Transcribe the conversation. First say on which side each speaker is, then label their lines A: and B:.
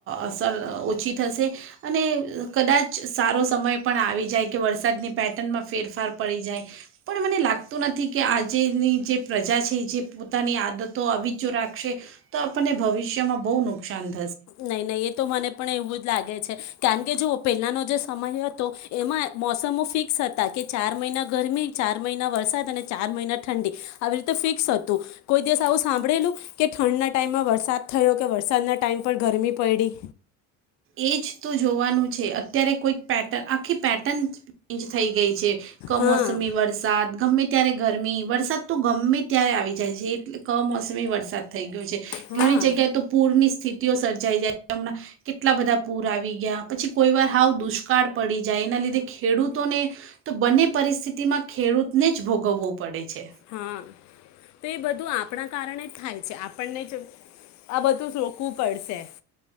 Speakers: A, on the right; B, on the left.
A: અસર ઓછી થશે અને કદાચ સારો સમય પણ આવી જાય કે વરસાદની પેટર્નમાં ફેરફાર પડી જાય પણ મને લાગતું નથી કે આજેની જે પ્રજા છે જે પોતાની આદતો આવી જો રાખશે તો આપણને ભવિષ્યમાં બહુ નુકસાન થ
B: નહી નહી એ તો મને પણ એવું જ લાગે છે કારણ કે જો પહેલાનો જે સમય હતો એમાં મોસમો ફિક્સ હતા કે ચાર મહિના ગરમી ચાર મહિના વરસાદ અને ચાર મહિના ઠંડી આવી રીતે ફિક્સ હતું કોઈ દિવસ આવું સાંભળેલું કે ઠંના ટાઈમમાં વરસાદ થયો કે વરસાદના ટાઈમ પણ ગરમી પડીડી.
A: એ જ તો જોવાનું છે અત્યારે કોઈ પેટર્ન આખી પેટર્ન એ જ ચેન્જ થઈ ગઈ છે કમોસમી
B: હા
A: વરસાદ ગમે ત્યારે ગરમી વરસાદ તો ગમે ત્યારે આવી જાય છે એટલે કમોસમી વરસાદ થઈ ગયો છે
B: હા
A: ઘણી જગ્યાએ તો પૂરની સ્થિતિઓ સર્જાઈ જાય હમ કે એટલા બધા પૂર આવી ગયા પછી કોઈ વાર હાવ દુષ્કાળ પડી જાય એના લીધે ખેડૂતોને, તો બંને પરિસ્થિતિમાં ખેડૂતને જ ભોગવવું પડે છે.
B: હા તો એ બધું આપણા કારણે જ થાય છે આપણને જ આ બધું રોકવું પડશે.